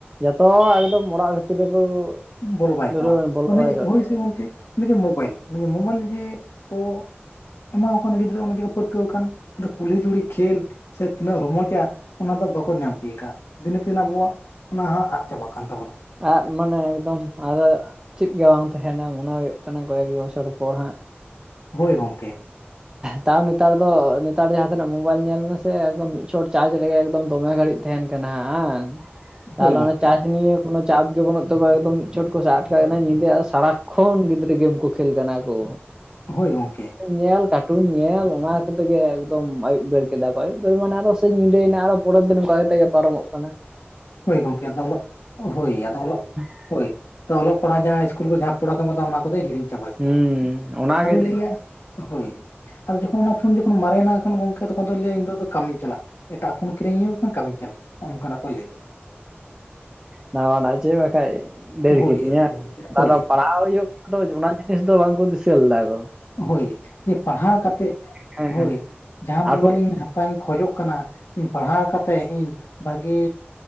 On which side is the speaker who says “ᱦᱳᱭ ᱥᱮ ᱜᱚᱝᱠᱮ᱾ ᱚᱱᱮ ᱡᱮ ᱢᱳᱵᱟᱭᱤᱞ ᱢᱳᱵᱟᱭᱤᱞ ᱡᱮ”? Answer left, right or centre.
Left